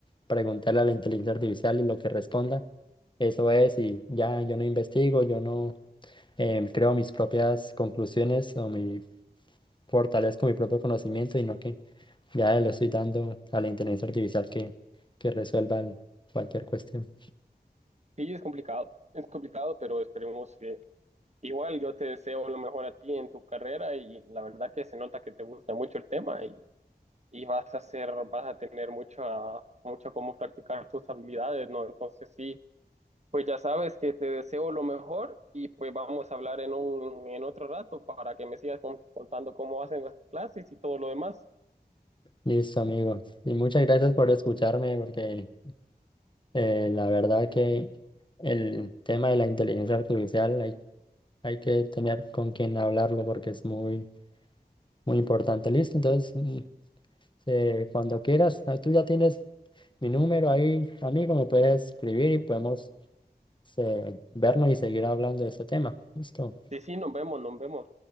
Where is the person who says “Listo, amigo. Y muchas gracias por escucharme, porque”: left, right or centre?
Left